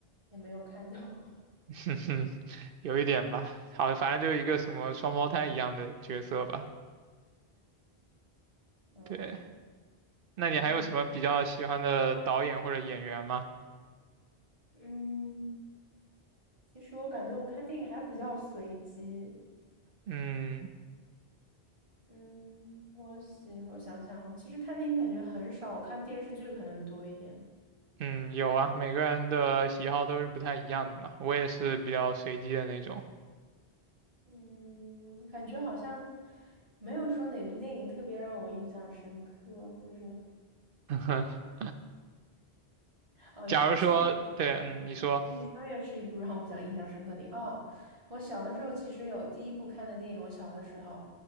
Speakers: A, on the right; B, on the right.
A: 也没有看懂，
B: <laughs> 哼哼，有一点吧。好，反正就是一个什么双胞胎一样的角色吧。
A: <laughs> 嗯，
B: 对，
A: 对，
B: 那你还有什么比较喜欢的导演或者演员吗？
A: 李，嗯，其实我感觉我看电影还比较随机，
B: 嗯
A: 嗯，我喜，我想想，我其实看电影感觉很少，我看电视剧可能多一点。
B: 嗯，有啊，每个人的喜好都是不太一样的嘛。我也是比较随机的那种。
A: 嗯，感觉好像没有说哪部电影特别让我印象深刻，或者
B: <laughs>
A: 哦，
B: 假如说，
A: 星
B: 对，嗯，
A: 嗯星际穿越是一部让我比较印象深刻的电影。
B: 你说，
A: 哦，我小的时候其实有第一部看的电影，我小的时候